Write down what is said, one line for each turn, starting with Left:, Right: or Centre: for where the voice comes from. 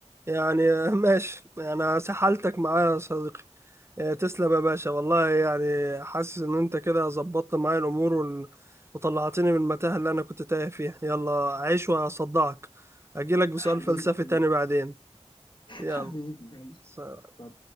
Right: يعني <laughs> ماشي انا سحلتك معايا يا صديقي آه، تسلم يا باشا والله يعني حاسس ان انت كده ظبطت معايا الامور وال... وطلعتني من المتاهة اللي انا كنت تايه فيها يلا عيش وهصدعك اجيلك بسؤال
Left: حبيبي
Right: فلسفي
Left: حبيبي
Right: تاني بعدين
Left: حبيبي
Right: يلا
Left: ماشي
Right: سلام.
Left: اتفضل.